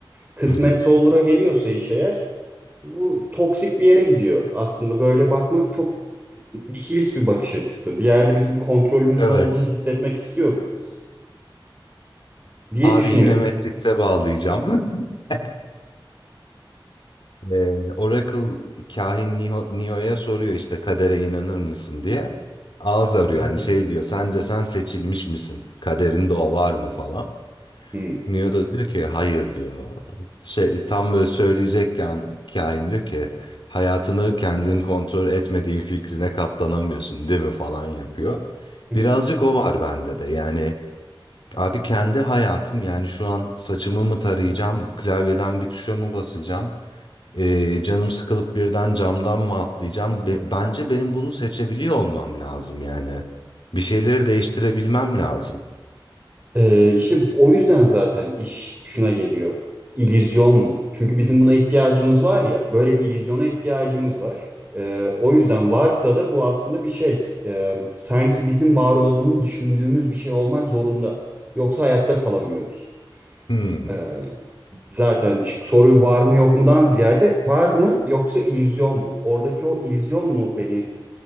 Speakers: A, on the right; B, on the left.
A: Kısmetse
B: Hı hı.
A: olura geliyorsa iş eğer bu toksik bir yere gidiyor. Aslında böyle bakmak çok nihilist bir bakış açısı. Bir yerde bizim kontrolümüzün
B: Evet.
A: olduğunu hissetmek istiyoruz biz diye
B: Abi
A: düşünüyorum.
B: yine Matrix'e bağlayacağım. <laughs> Ee, Oracle kahin Neo, Neo'ya soruyor işte kadere inanır mısın diye. Ağız arıyor
A: <laughs>
B: hani şey diyor sence sen seçilmiş misin? Kaderinde o var mı falan.
A: Hı.
B: Neo da diyor ki hayır diyor. Şey, tam böyle söyleyecekken kahin diyor ki hayatını kendin kontrol etmediğin fikrine katlanamıyorsun değil mi falan yapıyor.
A: <laughs>
B: Birazcık o var bende de yani Abi kendi hayatım yani şu an saçımı mı tarayacağım, klavyeden bir tuşa mı basacağım, Ee, canım sıkılıp birden camdan mı atlayacağım? Be- bence benim bunu seçebiliyor olmam lazım yani. Bir şeyleri değiştirebilmem lazım.
A: Ee, işte o yüzden zaten iş şuna geliyor. İllüzyon mu? Çünkü bizim buna ihtiyacımız var ya, böyle bir illüzyona ihtiyacımız var. Ee, o yüzden varsa da bu aslında bir şey. Ee, sanki bizim var olduğunu düşündüğümüz bir şey olmak zorunda. Yoksa hayatta kalamıyoruz.
B: Hmm.
A: Ee, zaten soru var mı yok mudan ziyade var mı yoksa illüzyon mu? Oradaki o illüzyon mu beni